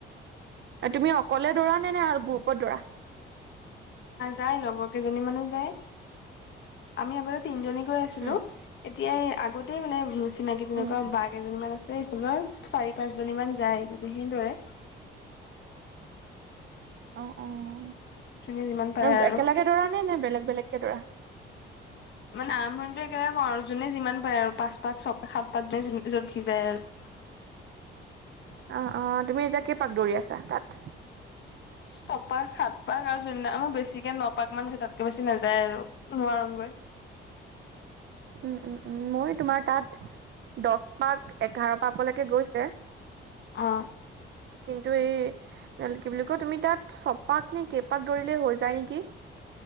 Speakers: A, on the right; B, on the left.
A: এ তুমি অকলে দৌৰা নে নে গ্ৰুপত দৌৰা?
B: যায় লগৰ কেইজনী মানে যায়। আমি আগতে তিনজনী <unintelligible> আছিলো।
A: উম
B: এতিয়া এই আগতেই মানে চিনাকি তেনেকুৱা
A: উম
B: বা কেইজনীমান আছে। <unintelligible> চাৰি পাঁচজনী মান যায়। গোটেই সেইদৰে
A: অ', অ',
B: যোনে যিমান পাৰে
A: <unintelligible>
B: আৰু
A: একেলগে দৌৰানে নে বেলেগ বেলেগকে দৌৰা?
B: মানে আৰম্ভণিটো একেলগে কৰোঁ আৰু জোনে যিমান পাৰে, আৰু পাঁচ পাক, ছয় পাক, সাত পাক যোনে <unintelligible> য'ত সি যায় আৰু।
A: অ', অ', তুমি এতিয়া কেই পাক দৌৰি আছা তাত?
B: ছপাক, সাত পাক আৰু যোন দিনা বেছিকে ন পাক মান হয়, তাতকে বেছি নেযায় আৰু। নোৱাৰোঁং গৈ।
A: উম, উম, উম। মই তোমাৰ তাত। দছ পাক, এঘাৰ পাকলৈকে গৈছে।
B: অ,।
A: কিন্তু, এই। তেতিয়া হ'লে কি বুলি কয় তুমি তাত ছপাক, নে কেইপাক দৌৰিলেই হৈ যায় নেকি?